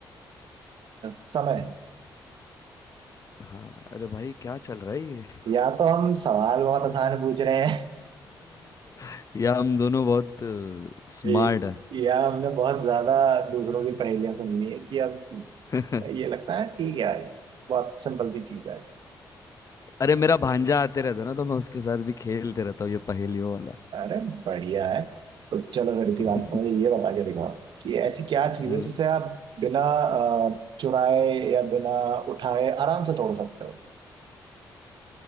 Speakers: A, on the right; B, on the left.
A: समय
B: हाँ अरे भाई क्या चल रहा है ये
A: या तो हम सवाल बहुत आसान पूछ रहे हैं
B: <laughs> या हम दोनों बहुत स्मार्ट
A: ए-
B: है
A: या हमने बहुत ज्यादा दूसरों की पहेलियां सुन ली है कि अब
B: <laughs>
A: ये लगता है ठीक है बहुत सिंपल सी चीज है
B: अरे मेरा भांजा आते रहता है ना तो मैं उसके साथ भी खेलते रहता हूँ ये पहेलियों वाला
A: अरे बढ़िया है तो चलो फिर इसी
B: <laughs>
A: बात पर मुझे ये बता के दिखाओ कि ऐसी क्या चीज
B: हम्म
A: है जिसे आप बिना अ, चुराए या बिना उठाए आराम से तोड़ सकते हो